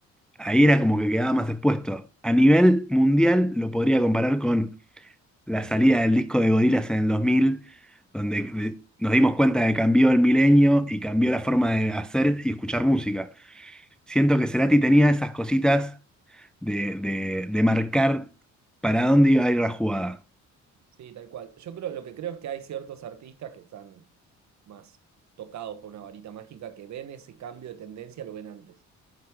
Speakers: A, in the centre; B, on the right.
A: ahí era como que quedaba más expuesto. A nivel mundial lo podría comparar con la salida del disco de Gorillaz en el 2000 donde
B: está.
A: de- nos dimos cuenta de que cambió el milenio y cambió la forma de hacer y escuchar música. Siento que Cerati tenía esas cositas de, de- de marcar para dónde iba a ir la jugada.
B: Sí, tal cual. Yo creo, lo que creo es que hay ciertos artistas que están más tocados por una varita mágica que ven ese cambio de tendencia, lo ven antes.